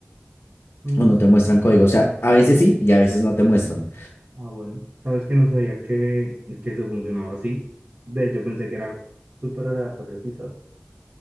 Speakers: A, on the right; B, on the left.
A: Mm,
B: o no te muestran código. O sea, a veces sí y a veces no te muestran.
A: Ah, bueno. Sabes que no sabía que, que se funcionaba así. De hecho, pensé que era súper aleatorio, quizás.